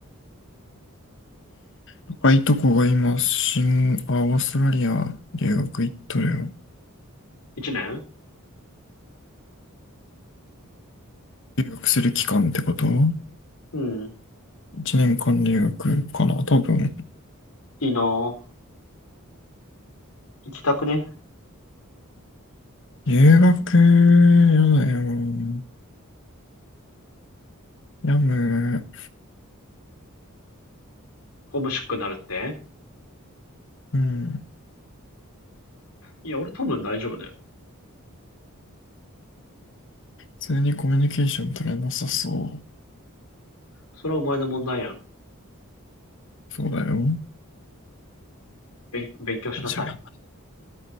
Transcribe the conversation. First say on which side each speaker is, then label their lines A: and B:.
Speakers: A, on the left (about 60°); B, on the left (about 90°).
A: 若いとこが今、新、あ、オーストラリア留学行っとるよ。
B: 一年
A: 留学する期間ってこと
B: うん。
A: 一年間留学かな多分。
B: いいなぁ。行きたくね。
A: 留学、やだよ。やむ。
B: ホームシックになるって
A: うん。普
B: いや、俺多分大丈夫だよ。
A: 通にコミュニケーション取れなさそ
B: それはお前の問題やん。
A: う。そうだよ。
B: べん勉強しなさい。
A: あ、じゃあ、ど